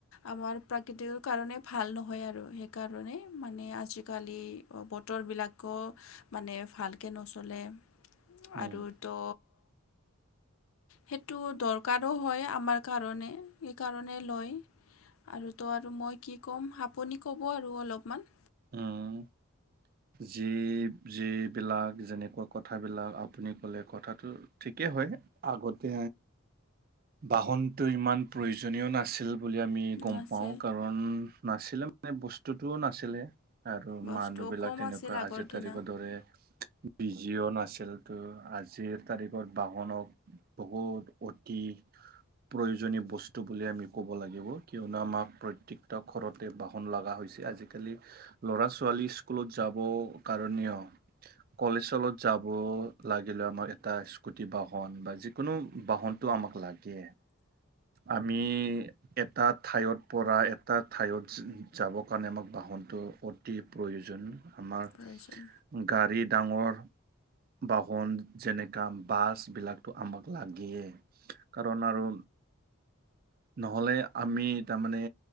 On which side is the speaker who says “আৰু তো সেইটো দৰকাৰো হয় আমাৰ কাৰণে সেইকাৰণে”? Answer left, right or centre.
Left